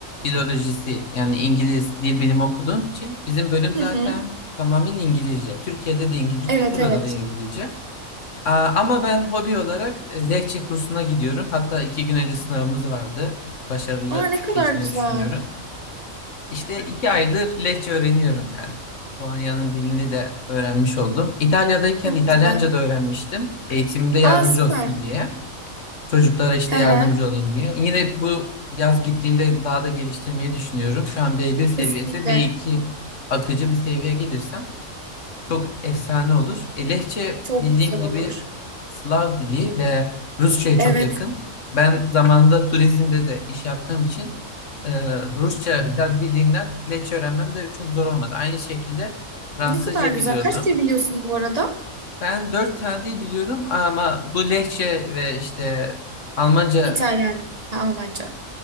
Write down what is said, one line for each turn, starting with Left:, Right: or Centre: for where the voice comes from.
Left: filolojisi yani İngiliz dil bilimi okuduğum için bizim bölüm
Right: Hı
Left: zaten
Right: hı.
Left: tamamıyla İngilizce. Türkiye'de de İngilizce,
Right: Evet
Left: burada
Right: evet.
Left: da İngilizce. Aa, ama ben hobi olarak e, Lehçe kursuna gidiyorum. Hatta iki gün önce sınavımız vardı. Başarılı
Right: Aa ne kadar
Left: geçtiğini
Right: güzel.
Left: düşünüyorum. İşte iki aydır Lehçe öğreniyorum yani. Polonya'nın dilini de öğrenmiş oldum. İtalya'dayken
Right: Çok
Left: İtalyanca
Right: güzel.
Left: da öğrenmiştim. Eğitimde yardımcı
Right: Aa süper.
Left: olsun diye. Çocuklara işte
Right: Hı
Left: yardımcı
Right: hı.
Left: olayım diye. Yine bu yaz gittiğimde daha da geliştirmeyi düşünüyorum. Şu an B1 seviyesi,
Right: Kesinlikle.
Left: B2 akıcı bir seviyeye gelirsem çok efsane olur. E, Lehçe
Right: Çok
Left: bildiğin
Right: güzel
Left: gibi
Right: olur.
Left: Slav dili ve Rusça'ya
Right: Evet.
Left: çok yakın. Ben zamanında turizmde de iş yaptığım için e, Rusça biraz bildiğimden Lehçe öğrenmem de çok zor olmadı. Aynı şekilde Fransızca
Right: Ne kadar güzel.
Left: biliyordum.
Right: Kaç dil biliyorsun bu arada?
Left: Ben dört tane dil biliyorum ama bu Lehçe ve işte Almanca
Right: İtalyan, ha, Almanca.